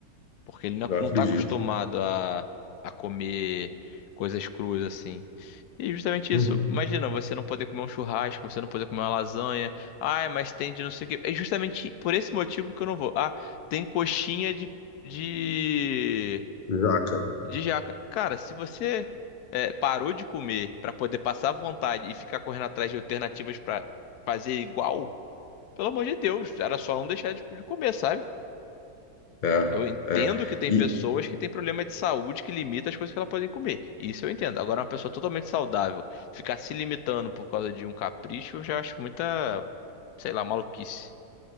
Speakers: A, on the left; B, on the left.
A: Porque ele não,
B: Eu
A: não
B: acredito.
A: tá acostumado a, a comer coisas cruas, assim. E justamente
B: Uhum.
A: isso. Imagina, você não poder comer um churrasco, você não poder comer uma lasanha. Ai, mas tem de não sei o quê. É justamente por esse motivo que eu não vou. Ah, tem coxinha de, de
B: Jaca.
A: de jaca. Cara, se você é, parou de comer pra poder passar vontade e ficar correndo atrás de alternativas pra fazer igual, pelo amor de Deus, era só não deixar tipo, de comer, sabe?
B: É,
A: Eu entendo
B: é.
A: que tem
B: E,
A: pessoas que têm problema de saúde que limita as coisas que elas podem comer. Isso eu entendo. Agora, uma pessoa totalmente saudável ficar se limitando por causa de um capricho, eu já acho muita, sei lá, maluquice.